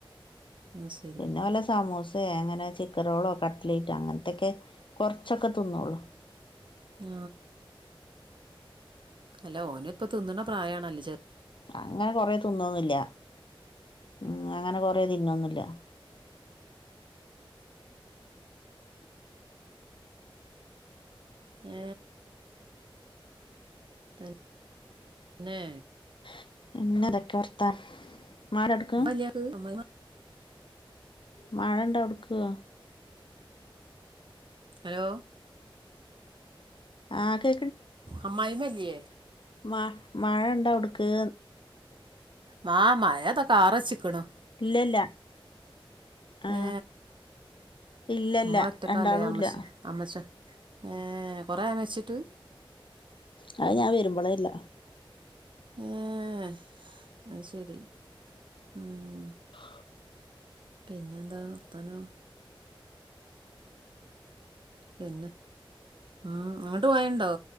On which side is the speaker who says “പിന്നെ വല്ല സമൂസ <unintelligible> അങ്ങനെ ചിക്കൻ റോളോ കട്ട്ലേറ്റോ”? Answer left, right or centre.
Left